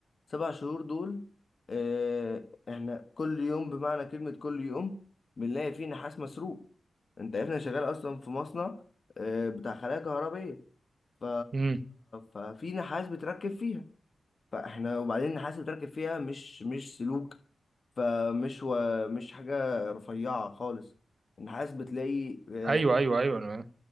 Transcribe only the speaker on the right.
امم
ايوه ايوه ايوه انا